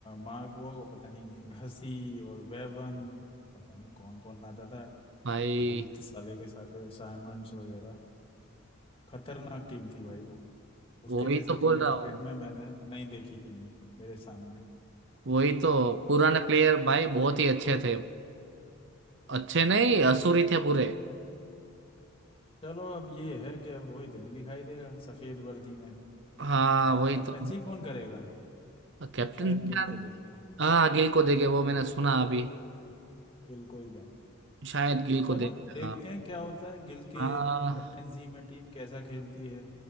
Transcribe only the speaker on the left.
मार्क वॉग और पता नहीं हसी और वेवन पता नहीं कौन कौन आता था
भूत साले के साले साइमंड्स वगैरह खतरनाक टीम थी भाई वो उसके
जैसी
टीम
क्रिकेट
में मैंने नहीं देखी बनी मेरे सामने
चलो अब ये है कि अब रोहित नहीं दिखाई देगा सफेद वर्दी में
कैप्टनसी
कौन करेगा
शायद गिल को देंगे
गिल को गिल को ही देंगे
चलो
देखते
हैं क्या होता है गिल के
कैप्टनसी में टीम कैसा खेलती है